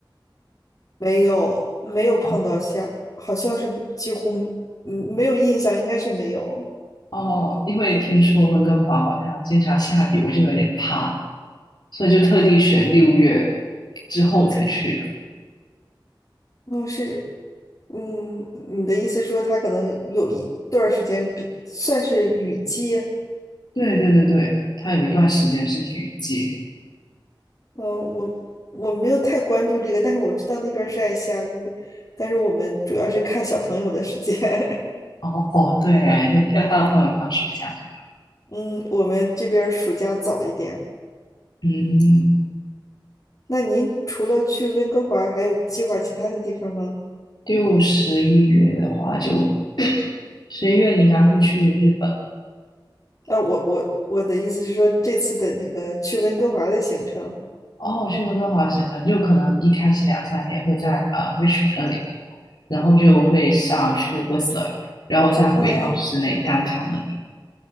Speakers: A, on the left; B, on the left.
A: 没有没有碰到下，
B: 哦
A: 好像是几乎嗯没有印象，应该是没有。
B: 哦，因为听说温哥华好像经常下雨，我就有点怕，所以就特地选六月之后才去的。
A: 嗯，是，嗯，你的意思是说他可能有一段儿时间比算是雨季，
B: 对对对对，它有一段时间是雨季。
A: 嗯，我我没有太关注这个，但是我知道那边儿是爱下雨，但是我们主要是看小朋友的时间，
B: 哦哦，对，要要到他们放暑假，对吧？
A: <laughs> 嗯，我们这边儿暑假早一点。
B: 嗯，
A: 那您除了去温哥华，还有计划其他的地方吗？
B: 六十一月的话就，十一月你应该会去日本。
A: 啊，我我我的意思是说这次的那个去温哥华的行程，
B: 哦，休斯顿滑雪生就可能一开始两三年会在呃 Richmond 那里溜，然后就会上去 Whistler，然后再回到室内
A: 嗯
B: downtown 那里。